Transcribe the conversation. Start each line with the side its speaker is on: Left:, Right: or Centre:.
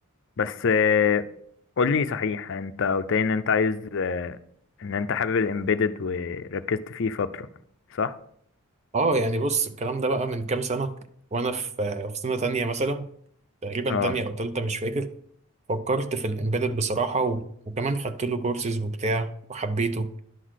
Left: بس آه، قولي صحيح انت قلت لي ان انت عايز آه، ان انت حابب الامبيدد وركزت فيه فترة صح
Right: اه يعني بص الكلام ده بقى من كام سنة وانا في في سنة تانية مثلا تقريبا
Left: اه
Right: تانية او تالتة مش فاكر فكرت في الامبيدد بصراحة و... وكمان خدت له كورسز وبتاع وحبيته